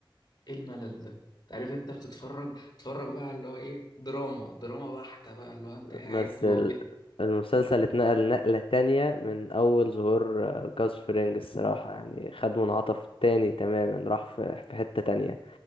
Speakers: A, on the left; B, on the left.
A: ايه الملل ده تعرف انت بتتفرج تتفرج بقى اللي هو ايه دراما دراما بحتة بقى اللي هو انت قاعد
B: بس
A: وهو
B: ال-
A: بيت
B: المسلسل اتنقل نقله تانية من اول ظهور آه، جاس فرينج الصراحه يعني خد منعطف تاني تماما راح في في حته تانية